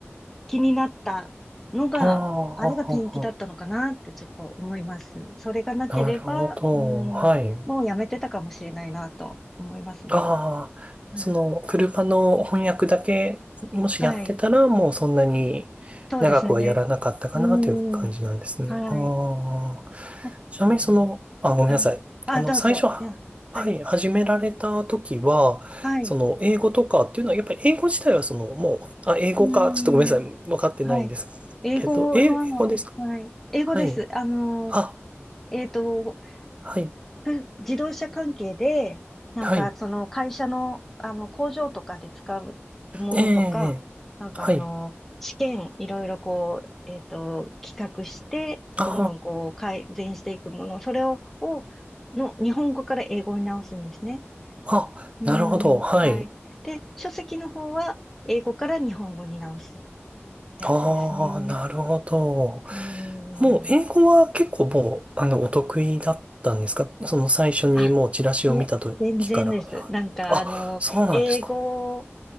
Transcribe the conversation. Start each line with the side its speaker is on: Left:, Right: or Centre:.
Centre: 気になったのが、
Right: ああ、ああ、
Centre: あれが転機だったのかなってちょっと思います。
Right: あ
Centre: それがなければ、
Right: あなるほど。
Centre: うん、
Right: はい。
Centre: もうやめてたかもしれないなと思いますね。
Right: ああ、
Centre: うん、
Right: その、車の翻訳だけ、もしやってたら、
Centre: はい。
Right: もうそんなに長くはやらなかったかなという感じなんですね。
Centre: そうですね。うん、はい。
Right: ああ、
Centre: もうん
Right: ちなみにその、あ、ごめんなさい。
Centre: はい。あ、
Right: あの、
Centre: どうぞ。
Right: 最初、ははい、
Centre: いや、はい。
Right: 始められた時は、
Centre: はい。
Right: その、英語とかっていうのは、やっぱり英語自体はその、もう、あ、英語か、
Centre: うん、
Right: ちょっとごめんなさい。分かってないんですけど、
Centre: はい。英語は、
Right: え英語ですか
Centre: はい。英語です。
Right: はい。
Centre: あの、
Right: あ、
Centre: えっと、
Right: はい。
Centre: ふ自動車関係で、なんかその会社の、
Right: はい。
Centre: あの工場とかで使うものとか、
Right: ええ、ええはい。
Centre: なんかあの、試験いろいろこう、えっと、企画して、
Right: あ
Centre: どんどんこう改善していくもの、それを、をの日本語から英語に直すんですね。
Right: あ、あ、
Centre: うん、
Right: なるほど。はい。
Centre: はい。で、書籍の方は英語から日本語に直すやつですね。
Right: ああ、なるほど。
Centre: うん。
Right: もう、英語は結構もう、あの、お得意だったんですかその最初にもうチラシを見た時から。
Centre: あ、いえ、全然です。なんかあの、
Right: あ、そうなんですか。
Centre: 英語